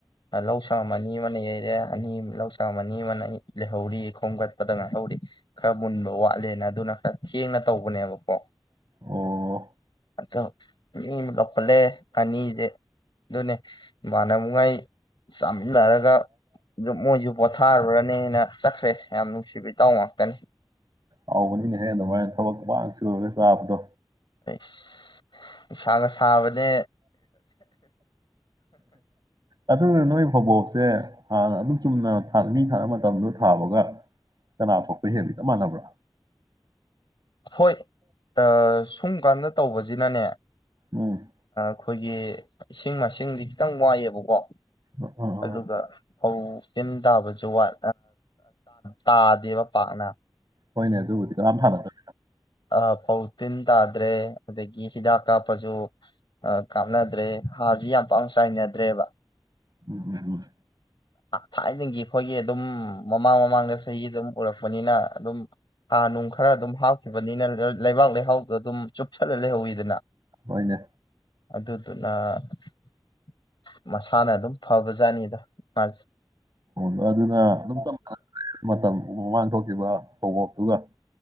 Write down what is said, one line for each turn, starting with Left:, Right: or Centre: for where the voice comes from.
Left: ꯂꯧꯁꯪ ꯑꯅꯤ ꯑꯃꯅ ꯌꯩꯔꯦ ꯑꯅꯤ ꯂꯧꯁꯪ ꯑꯅꯤ ꯑꯃꯅ ꯂꯩꯍꯧꯔꯤ ꯈꯣꯝꯒꯠꯄꯗ ꯉꯥꯏꯍꯧꯔꯤ ꯈꯔ ꯃꯨꯟꯕ ꯋꯥꯠꯂꯦꯅ ꯑꯗꯨꯅ ꯈꯔ ꯊꯦꯡꯅ ꯇꯧꯕꯅꯦꯕꯀꯣ
Right: ꯑꯣ
Left: ꯑꯗꯣ ꯃꯤꯒ ꯈꯠꯂꯑꯦ ꯑꯅꯤꯁꯦ ꯑꯗꯨꯅꯦ ꯏꯃꯅꯅꯕꯨꯡꯉꯥꯏ ꯆ ꯎꯟꯅꯔꯒ ꯑꯗꯨ ꯃꯣꯏꯁꯨ ꯄꯣꯊꯥꯔꯨꯔꯅꯦꯅ ꯆꯠꯈ꯭ꯔꯦ ꯌꯥꯝ ꯅꯨꯡꯁꯤꯕ ꯏꯇꯥꯎ ꯉꯥꯛꯇꯅꯤ
Right: ꯍꯥꯎꯕꯅꯤ ꯅꯦꯍꯦ ꯑꯗꯨꯃꯥꯏꯅ ꯊꯕꯛ ꯄ ꯁꯨꯔꯒ ꯆꯥꯕꯗꯣ
Left: ꯁ ꯅꯨꯡꯁꯥꯒ ꯁꯥꯕꯅꯦ
Right: ꯑꯗꯨ ꯅꯣꯏ ꯐꯧꯕꯣꯛꯁꯦ ꯍꯥꯟꯅ ꯑꯗꯨꯝ ꯆꯨꯝꯅ ꯃꯤ ꯊꯥꯅꯕ ꯃꯇꯝꯗꯣ ꯊꯥꯕꯒ ꯀꯅꯥ ꯈꯣꯠꯄ ꯍꯦꯕ ꯆꯞ ꯃꯥꯟꯅꯕ꯭ꯔꯥ
Left: ꯍꯣꯏ ꯑ ꯑꯁꯨꯝ ꯀꯥꯟꯗ ꯇꯧꯕꯁꯤꯅꯅꯦ
Right: ꯎꯝ
Left: ꯑꯩꯈꯣꯏꯒꯤ ꯏꯁꯤꯡ ꯃꯁꯤꯡꯗꯤ ꯈꯤꯇꯪ ꯋꯥꯏꯑꯦꯕꯀꯣ
Right: ꯑꯥ ꯑꯥ
Left: ꯑꯗꯨꯒ ꯐꯧ ꯇꯤꯟ ꯇꯥꯕꯁꯨꯠ ꯇꯥꯗꯦꯕ ꯄꯥꯛꯅ
Right: ꯍꯣꯏꯅꯦ ꯑꯗꯨꯕꯨꯗꯤ ꯀꯝ ꯐꯥ ꯅꯠꯇ
Left: ꯑ ꯐꯥꯎ ꯇꯤꯟꯇꯥꯗ꯭ꯔꯦ ꯑꯗꯨꯗꯒꯤ ꯍꯤꯗꯥꯛ ꯀꯥꯞꯄꯁꯨ ꯀꯥꯞꯅꯗ꯭ꯔꯦ ꯍꯥꯔꯁꯨ ꯌꯥꯝ ꯄꯥꯡ ꯆꯥꯏꯅꯗ꯭ꯔꯦꯕ
Right: ꯎꯝ ꯎꯝ ꯎꯝ
Left: ꯊꯥꯏꯅꯒꯤ ꯑꯩꯈꯣꯏꯒꯤ ꯑꯗꯨꯝ ꯃꯃꯥꯡ ꯃꯃꯥꯡꯒ ꯁꯗ ꯄꯨꯔꯛꯄꯅꯤꯅ ꯑꯗꯨꯝ ꯍꯥꯔ ꯅꯨꯡ ꯈꯔ ꯑꯗꯨꯝ ꯍꯥꯥꯎ ꯈꯤꯕꯅꯤꯅ ꯂꯩꯕꯥꯛ ꯂꯩꯍꯥꯎꯗꯣ ꯑꯗꯨꯝ ꯆꯨꯞꯁꯜꯂ ꯂꯩꯍꯧꯋꯤꯗꯅ
Right: ꯍꯣꯏꯅꯦ
Left: ꯑꯗꯨꯗꯨꯅꯁ ꯍꯥꯟꯅ ꯑꯗꯨꯝ ꯐꯕ ꯖꯥꯠꯅꯤꯗ ꯐꯖ <unintelligible> <inaudible>
Right: ꯎ ꯑꯗꯨꯅ ꯑꯗꯨꯝ ꯆꯞ ꯃꯥꯟꯅ ꯃꯇꯝ ꯃꯃꯥꯡ ꯊꯣꯛꯈꯤꯕ ꯐꯕꯣꯛꯇꯨꯒ